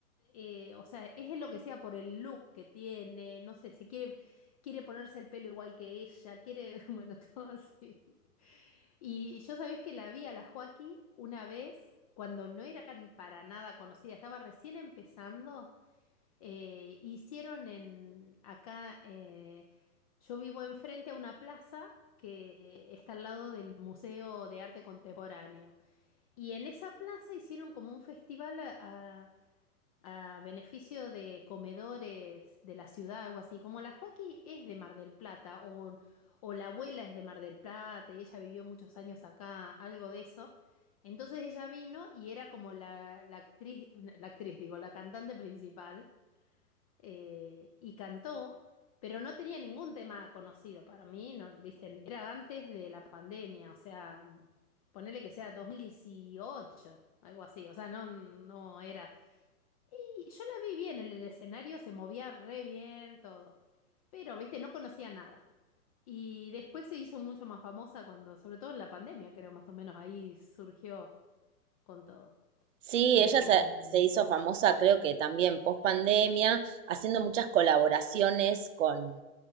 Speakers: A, on the left (about 25°); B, on the right (about 55°).
A: eh, o sea, es lo que sea por el look que tiene, no sé, se quiere, quiere ponerse el pelo igual que ella, quiere, <laughs> bueno, todo así. Y, y yo sabés que la vi a la Joaquí una vez cuando no eran para nada conocida, estaba recién empezando eh, hicieron en acá, eh, yo vivo enfrente a una plaza que está al lado del Museo de Arte Contemporáneo. Y en esa plaza hicieron como un festival a, a- a beneficio de comedores de la ciudad, algo así. Como la Joaquí es de Mar del Plata, o, o la abuela es de Mar del Plata y ella vivió muchos años acá, algo de eso. Entonces ella vino y era como la, la actriz, la actriz, digo, la cantante principal eh, y cantó, pero no tenía ningún tema conocido para mí, no, viste, era antes de la pandemia, o sea, mm, ponele que sea 2018, algo así, o sea, no, no era. Y yo la vi bien en el escenario, se movía re bien, todo, pero, viste, no conocía nada. Y después se hizo mucho más famosa cuando, sobre todo en la pandemia, creo, más o menos ahí surgió con todo.
B: Sí,
A: Pero
B: ella se,
A: mm,
B: se hizo famosa, creo que también post pandemia, haciendo muchas colaboraciones con,